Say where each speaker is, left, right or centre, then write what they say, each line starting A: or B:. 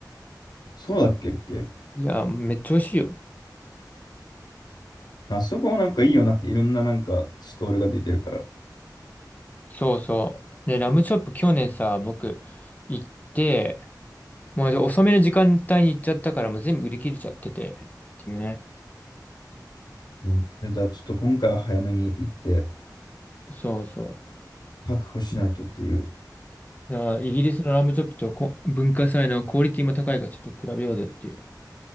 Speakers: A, on the left (about 65°); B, on the left (about 20°).
A: そうだっけっけ
B: ん。いや、めっちゃ美味しいよ。
A: あそこもなんかいいよな。いろんななんかストールが出てるから。
B: そうそう。で、ラムチョップ去年さ、僕行って、もうじゃあ遅めの時間帯に行っちゃったから、もう全部売り切れちゃってて、っていうね。
A: うん。じゃあちょっと今回は早めに行って
B: そうそ
A: 確保しないとっていう。
B: う。だからイギリスのラムチョップとこ文化祭のクオリティも高いからちょっと比べようぜっていう。だか